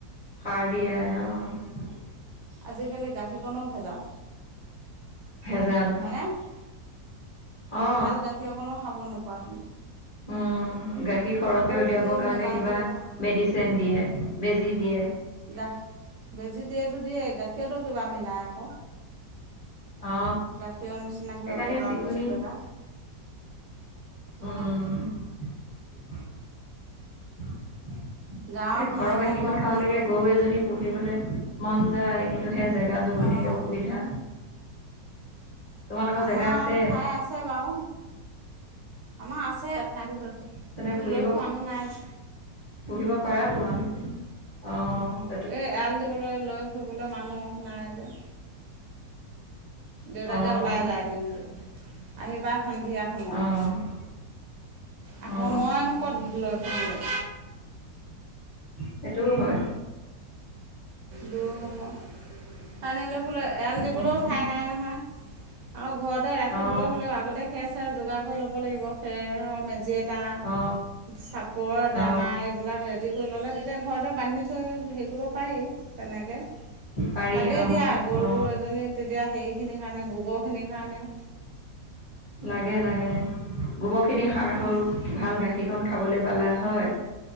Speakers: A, on the left; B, on the right.
A: সাৰ দিয়াই অঁ'।
B: আজিকালি গাখীৰকণো ভেজাল।
A: ভেজাল
B: হয়নে,
A: অ
B: ভাল গাখ- খী অকণো খাব নোপোৱা তুমি।
A: অঁ গাখীৰ সৰহকে
B: তাতো
A: উলিয়াবৰ
B: কি
A: কাৰণে
B: মিলাই
A: কিবা
B: দিব
A: মেডিচেন দিয়ে, বেজী দিয়ে।
B: গাহ বেজী দিয়েতো দিয়েই গাখীৰতো কিবা মিলায় আক।
A: অ
B: গাখীৰ নিচিনা
A: সেইকাৰণে
B: কিবা বগা
A: চিকুনি
B: বস্তু এটা।
A: উম
B: অঁ'
A: <unintelligible> এ
B: গাঁৱত
A: ঘৰ
B: মানুহৰ
A: গাখীৰকণ
B: ঘৰৰ
A: খাব
B: পৰা
A: লাগে
B: লৈ
A: গৰু
B: গ'ল
A: এজনী পুহিবলে- মন যায়। কিন্তু, সেই জেগা যুগলি
B: অঁ
A: অসুবিধা। তোমালোকৰ
B: আমা
A: জেগা আছে
B: ঠাই আছে বাও। আমাৰ আছে ঠাই বহুত আছে,
A: তেনে
B: কিন্তু
A: পুহিব
B: লৈ ফুৱা মানুহ নাই।
A: পুহিব পাৰা তোমালোকে। অঁ অঁ'
B: এই এৰাল দিবলৈ লৈ ফুৰিবলৈ মানুহ নাই যে। দেউতাকে
A: অ
B: ওলাই যায় দিনটো আহি পায় সন্ধিয়া সময়ত।
A: অ
B: আকৌ
A: অ
B: মইনো ক'ত লৈ- ফুৰিমগৈ
A: সেইটোও হয়।
B: দূৰ হ'ব, তানী লৈ ফুইলে এয়াল দিবলৈও
A: উম
B: ঠাই নাই নহয়। আকৌ ঘৰতে ৰাখিবলৈ
A: অ
B: হ'লেও আগতে- খেৰ চেৰ যোগাৰ কৰি ল'ব লাগিব খেৰৰ মেজি এটা।
A: অ
B: চাপৰ দানা
A: অ
B: এইবিলাক ৰেডি কৰি ল'লে তেতিয়া ঘৰতে বান্ধি থৈ হেৰি কৰিব পাৰি। তেনেকে,
A: পাৰি
B: লাগে
A: অ
B: দিয়া গৰু
A: অ
B: এজনী- তেতিয়া হেৰিখিনিৰ কাৰণে গোবৰখিনিৰ কাৰণে।
A: লাগে লাগে। গোবৰখিনি সাৰ হ'ল
B: অঁ
A: ভাল গাখীৰকণ খাবলে পালা হয়।